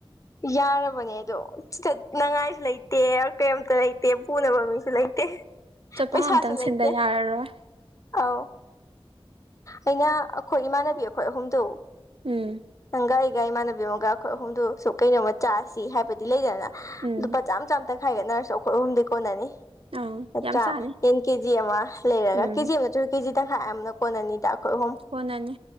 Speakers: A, on the left; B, on the right.
A: ꯌꯥꯔꯕꯅꯦ ꯑꯗꯣ ꯆꯠꯅꯉꯥꯏꯁꯨ ꯂꯩꯇꯦ ꯀꯩꯝꯇ ꯂꯩꯇꯦ ꯄꯨꯅꯕ ꯃꯤ ꯂꯩꯇꯦ
B: ꯆꯠꯐꯝ
A: ꯄꯩꯁꯥꯁꯨ
B: ꯑꯃꯇꯪ
A: ꯂꯩꯇꯦ
B: ꯁꯤꯟꯗ ꯌꯥꯔꯔꯣꯏ
A: ꯑꯥꯎ ꯑꯩꯅ ꯑꯈꯣꯏ ꯏꯃꯥꯟꯅꯕꯤ ꯑꯈꯣꯏ ꯑꯍꯨꯝꯗꯣ
B: ꯎꯝ
A: <unintelligible> ꯏꯃꯥꯟꯅꯕꯤ ꯑꯃꯒ ꯑꯈꯣꯏ ꯑꯍꯨꯝꯗꯨ ꯁꯨꯝ ꯀꯩꯅꯣꯝꯃ ꯆꯥꯁꯤ ꯍꯥꯏꯕꯗꯤ ꯂꯩꯔꯒ
B: ꯎꯝ
A: ꯂꯨꯄꯥ ꯆꯥꯝ ꯆꯥꯝ ꯇꯪ ꯈꯥꯏꯒꯠꯅꯔꯁꯨ ꯑꯩꯈꯣꯏ ꯑꯍꯨꯝꯗꯤ ꯀꯣꯟꯅꯅꯤ
B: ꯑꯪ
A: ꯅꯠꯇ꯭ꯔꯥ
B: ꯌꯥꯝ ꯆꯥꯅꯤ
A: ꯌꯦꯟ ꯀꯦꯖꯤ ꯑꯃ ꯂꯩꯔꯒ
B: ꯎꯝ
A: ꯀꯦꯖꯤ ꯑꯃꯗꯁꯨ ꯀꯦꯖꯤ ꯇꯪꯈꯥꯏ ꯑꯃꯅ ꯀꯣꯟꯅꯅꯤꯗ ꯑꯈꯣꯏ ꯑꯍꯨꯝ
B: ꯀꯣꯟꯅꯅꯤ